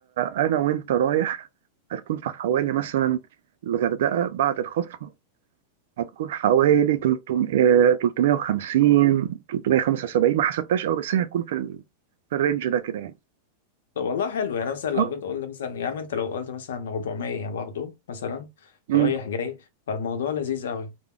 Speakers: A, on the right; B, on the left.
A: انا وانت رايح هتكون في حوالي مثلا الغردقه بعد الخصم هتكون حوالي 300 350 375 ما حسبتهاش قوي بس هي هتكون في ال... في الرينج ده كده يعني
B: طب والله حلو يعني مثلا لو
A: اه
B: جيت قلت مثلا يا عم انت لو قلت مثلا 400 برضه مثلا
A: مم.
B: رايح جاي فالموضوع لذيذ قوي